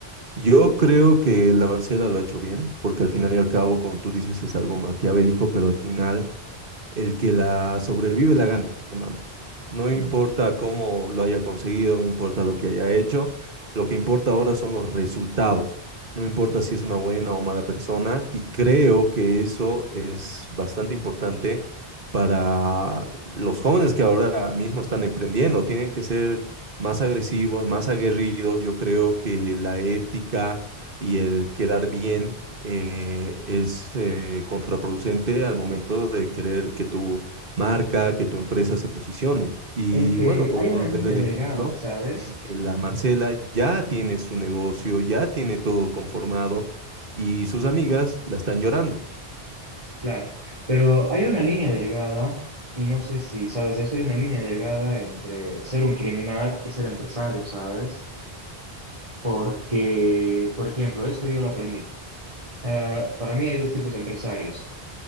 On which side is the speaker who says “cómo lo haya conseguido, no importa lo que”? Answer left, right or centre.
Right